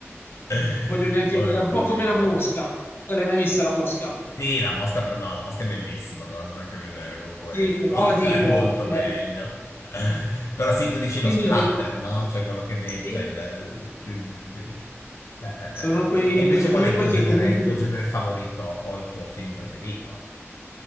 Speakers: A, on the left; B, on the left.
A: Eh,
B: non non voglio neanche
A: Orribile.
B: dire, è un po' come la mosca. Te l'hai mai vista la mosca?
A: Sì, la mosca però no, la mosca è bellissima, non ha nulla a che vedere con questo.
B: Sì, però dico,
A: <laughs> È molto
B: cioè,
A: meglio. Però sì, tu dici
B: quindi
A: lo splatter,
B: voglio...
A: no? Cioè quello che vedi,
B: Sì,
A: cioè il...
B: sì.
A: Sì, sì, sì. Eh, eh,
B: Sono
A: eh.
B: quei,
A: eh. E invece
B: quei film
A: qual è il tuo
B: che
A: genere,
B: comunque...
A: il tuo genere favorito o il tuo film preferito?